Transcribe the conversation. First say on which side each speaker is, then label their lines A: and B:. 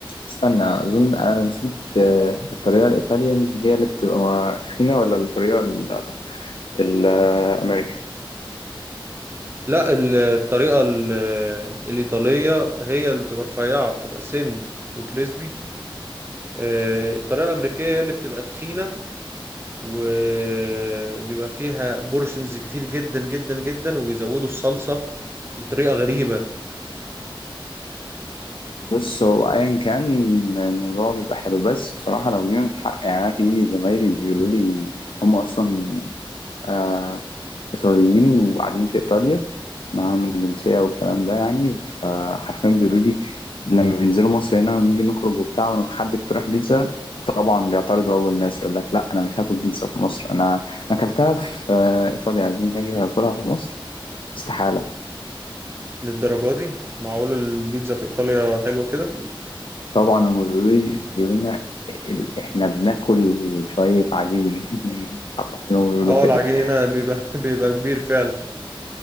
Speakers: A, on the left (about 70°); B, on the right (about 25°).
A: استنى اظن انا نسيت آه الطريقه الايطاليان هي اللي بتبقى مع- تخينه ولا الطريقه ال- الامريكان
B: لا ال- الطريقة ال- الإيطالية هي اللي بتبقى رفيعة بتبقى سن وكريسبي آه، الطريقة الأمريكية هي اللي بتبقى تخينة وبيبقى فيها بورشنز كتير جدا جدا جدا وبيزودوا الصلصة بطريقة غريبة
A: بص هو ايا كان الموضوع بيبقى حلو بس بصراحه لو جينا الحق يعني أنا في زمايلي بيقولوا لي هم اصلا آه إيطاليين وقاعدين في إيطاليا معاهم الجنسية والكلام ده يعني فحرفيا بيقولوا لي لما بينزلوا مصر هنا ونيجي نخرج وبتاع وحد اقترح بيتزا طبعا بيعترضوا أول ناس يقول لك لا أنا مش هاكل بيتزا في مصر أنا أنا أكلتها في آه، إيطاليا عايزين نيجي أكلها في مصر استحالة
B: للدرجة دي معقول البيتزا في إيطاليا حلوة كده
A: طبعا هم بيقولوا لي بيقولوا لنا ال- إحنا بناكل شوية عجين <laughs> عارفين هم بيقولوا
B: اه
A: كده
B: العجين هنا بيبقى <laughs> بيبقى كبير فعلا